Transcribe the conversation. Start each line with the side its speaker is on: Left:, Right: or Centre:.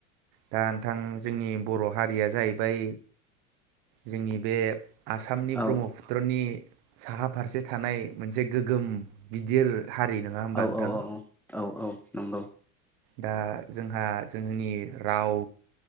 Right: दा नोंथां जोंनि बर' हारिया जाहैबाय जोंनि बे आसामनि
Centre: औ
Right: ब्रह्मपुत्रनि साहा फारसे थानाय मोनसे गोगोम गिदिर हारि नङा होमबा
Centre: औ
Right: नोंथां
Centre: औ औ औ औ नंगौ।
Right: दा जोंहा जोंनि राव